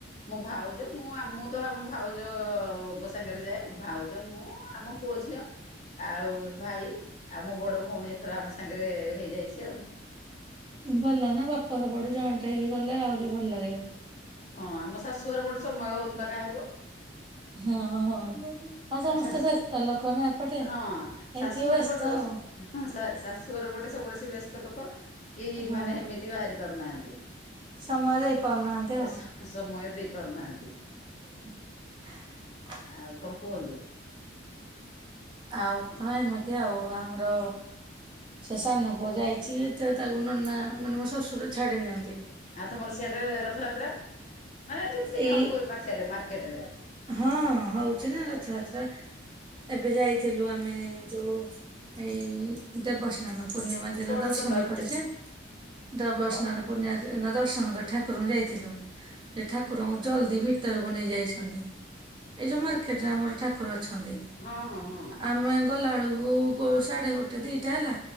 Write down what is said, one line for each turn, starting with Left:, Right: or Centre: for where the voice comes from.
Left: ମୁଁ ଭାଉ ଜ ମୁଁ ଆ ମୁଁ ତ ଆମ ଭାଉଜଙ୍କ ସାଙ୍ଗରେ ଯାଏ ଭାଉଜ ମୁଁ ଆମ ପୁଅ ଝିଅ ଆଉ ଭାଇ ଆଉ ମୋ ବଡ ଭଉଣୀ ଏଥର ଆମ ସାଙ୍ଗରେ ହେଇଯାଇଛି ଆଉ।
Right: ଭଲ ନା ବାପର ପଟୁ ଜଏଣ୍ଟ ହେଇକି ଗଲେ ଆହୁରି ଭଲ ଲାଗେ।
Left: ହଁ ଆମ ଶାଶୁ ଘରେ ପଟେ ସମୟ ହଉନି ପା କାହାକୁ
Right: ହଁ ହଁ। ଆଉ ସମସ୍ତେ
Left: ଶାଶୁ
Right: ବ୍ୟସ୍ତ ଲୋକନା ଏପଟେ ଏଇଥି
Left: ହଁ ଶାଶୁଘର
Right: ବ୍ୟସ୍ତ
Left: ପଟେ
Right: ଆଉ।
Left: ହଁ ଶା ଶାଶୁର ପଟେ ସବୁବେଳେ ସେ ବ୍ୟସ୍ତ ଲୋକ କି
Right: ହଁ
Left: ମାନେ ଏମିତି ବାହାରି ପାରୁନାହାନ୍ତି
Right: ସମୟ ଦେଇ ପାରୁନାହାନ୍ତି ଆଉ।
Left: ଏ ସମୟ ଦେଇପାରୁନାହାଁନ୍ତି।
Right: <inaudible>
Left: ଆଉ କଣ କୁହନ୍ତୁ?
Right: ଆଉ କଣ ଏମିତି ଆଉ ଆମର ସେ ସାନ ପୁଅ ଯାଇଛି ତ ତାକୁ ନନା ମାନେ ମୋ ଶଶୁର ଛାଡି ନିିଅନ୍ତି।
Left: ଆ ତମର ସିଆଡେ ରଥଯାତ୍ରା ମାନେ ଯେମିତି
Right: ଏଇ
Left: କଣ ହୁଏ ପାଖରେ ମାର୍କେଟରେ
Right: ହଁ ହଉଛି ନା ରଥଯାତ୍ରା। ଏବେ ଯାଇଥିଲୁ ଆମେ ଯୋଉ ଏଇ ଦେବସ୍ନାନ ପୂର୍ଣିମା ଦିନ
Left: କୋଳି
Right: ଦର୍ଶନ
Left: ଡବା ଭିତରେ
Right: କରିଛେ ଦେବସ୍ନାନ
Left: ଅ
Right: ପୂର୍ଣିମା ଦିନ ଦର୍ଶନ କରି ଠାକୁରଙ୍କୁ ଯାଇଥିଲୁ। ଯେ ଠାକୁରଙ୍କୁ ଜଲଦି ଭିତରକୁ ନେଇ ଯାଇଛନ୍ତି। ଏଇ ଯୋଉ ମାର୍କେଟରେ
Left: ଆଚ୍ଛା
Right: ଆମର ଠାକୁର ଅଛନ୍ତି।
Left: ହଁ ହଁ ହଁ
Right: ଆମେ ଗଲାବେଳକୁ ଗୋ ସାଢେ ଗୋଟେ ଦିଟା ହେଲା